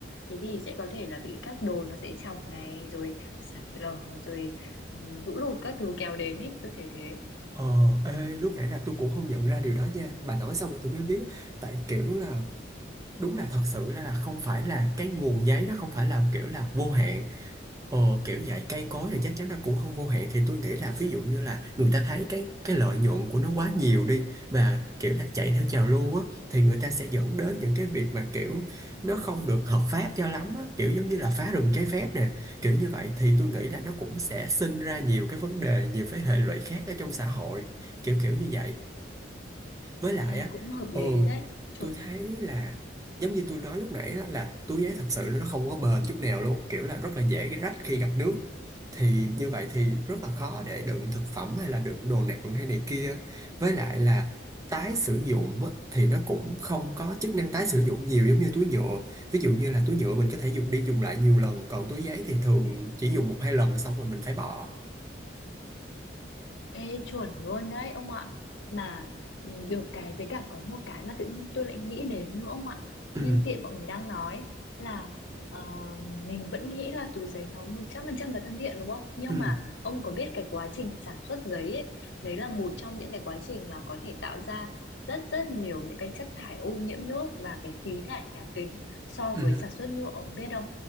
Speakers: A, on the left (about 80°); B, on the right (about 20°).
A: thế thì sẽ có thể là bị các đồi nó sẽ chọc này rồi sạt lở rồi ừ, lũ lụt các thứ kéo đến ấy tôi thấy thế
B: ờ, ê, lúc nãy là tôi cũng không nhận ra điều đó nha. Bà nói xong rồi tôi mới biết. Tại kiểu là đúng là thật sự là, là không phải là cái nguồn giấy đó không phải là kiểu là vô hạn Ờ, kiểu dạy cây cối thì chắc chắn nó cũng không vô hạn thì tôi nghĩ là ví dụ như là người ta thấy cái cái lợi nhuận của nó quá nhiều đi và kiểu là chạy theo trào lưu á thì người ta sẽ dẫn đến những cái việc mà kiểu nó không được hợp pháp cho lắm á kiểu giống như là phá rừng trái phép nè kiểu như vậy thì tôi nghĩ là nó cũng sẽ sinh ra nhiều cái vấn đề nhiều cái hệ lụy khác ở trong xã hội kiểu kiểu như vậy với lại
A: Ê,
B: á
A: cũng hợp
B: ừ
A: lý đấy chuẩn
B: tôi thấy là giống như tôi nói lúc nãy đó là túi giấy thật sự nó không có bền chút nào luôn kiểu là rất là dễ rách khi gặp nước thì như vậy thì rất là khó để đựng thực phẩm hay là đựng đồ nặng hay này kia với lại là tái sử dụng á, thì nó cũng không có chức năng tái sử dụng nhiều giống như túi nhựa ví dụ như là túi nhựa mình có thể dùng đi dùng lại nhiều lần còn túi giấy thì thường chỉ dùng một hai lần xong rồi mình phải bỏ
A: Ê, chuẩn luôn đấy ông ạ mà ừ, được cái với cả có một cái mà tự nhiên tôi lại nghĩ đến nữa ông ạ
B: ừ
A: nhân tiện bọn mình đang nói là ờ, mình vẫn nghĩ là túi giấy nó 100% là thân thiện đúng không nhưng
B: ừ
A: mà ông có biết cái quá trình sản xuất giấy ấy, đấy là một trong những cái quá trình mà có thể tạo ra rất rất nhiều những cái chất thải ô nhiễm nước và cái khí thải nhà kính so
B: ừ
A: với sản xuất nhựa ông biết không